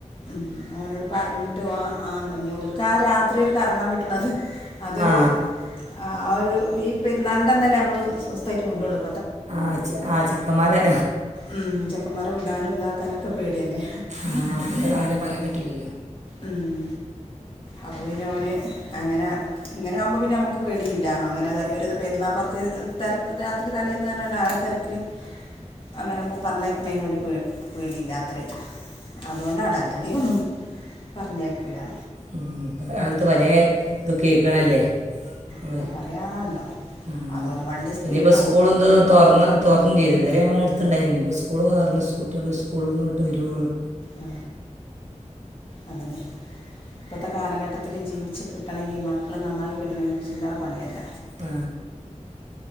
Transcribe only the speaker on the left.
ഉം ഓനോട് പറഞ്ട്ട് ഓൻ ആ ഓൽക്ക് ആ രാത്രി ഒരു കറങ്ങാൻ കിട്ട്ണത് അതൊര്
ആ ആ ഒര് ഈ പെര്ന്നാൾന്റെ അന്നല്ലെ നമ്മള് സ്വസ്ഥയിട്ട് വ്ടോള്ളു
ഉം, ചെക്കന്മാരെ വിടാനും താക്കാനൊക്കെ പേടെല്ലേ
ഉം അപ്പ പിന്നെ ഓന് അങ്ങനെ ഇങ്ങനെ ആവുമ്പോ പിന്നെ നമ്മക്ക് പേടിയില്ല അങ്ങനെ ഒത് ഒര്ത് പെരുന്നാൾ പർച്ച് തെരക്ക് രാത്രി തലേന്ന് പറഞ്ഞാണ്ട് ആ തെര്ക്കില് അങ്ങനെ പറഞ്ഞേക്ണേഞ്ഞോട് പേ പേടില്ലാതോര് അതൊണ്ടാണ് അല്ലെങ്കി ഒന്നും പറഞ്ഞേക്കൂല.
അപ്പോൾ പറയാനുണ്ടോ
അതുപോലെ വണ്ടി സ്പീഡും
ആ അതന്നെ ഇപ്പത്തെ കാലഘട്ടത്തിൽ ജീവി ച്ച് കിട്ടണമെങ്കിൽ മക്കൾ നന്നായി കിട്ടണമെങ്കിൽ ചില്ലറ പണിയല്ല.